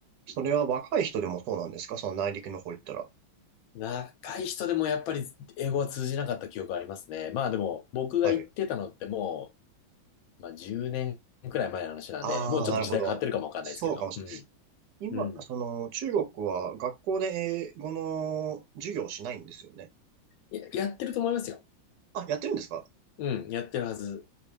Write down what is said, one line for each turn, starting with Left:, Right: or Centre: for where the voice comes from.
Right: それは若い人でもそうなんですかその内陸の方行ったら。
Left: 若い人でもやっぱり英語は通じなかった記憶ありますね。まあでも、僕が行ってたのっても
Right: はい。
Left: う、まあ10年くらい前の話なんで、
Right: ああ、
Left: もうちょっと時代変わってるかもわかんないですけど、
Right: なるほど。そうかもし
Left: うん、
Right: れない。今、
Left: うん。
Right: その、中国は学校で英語の授業をしないんですよね。
Left: や、やってると思いますよ。
Right: あ、やってるんですか
Left: うん、やってるはず。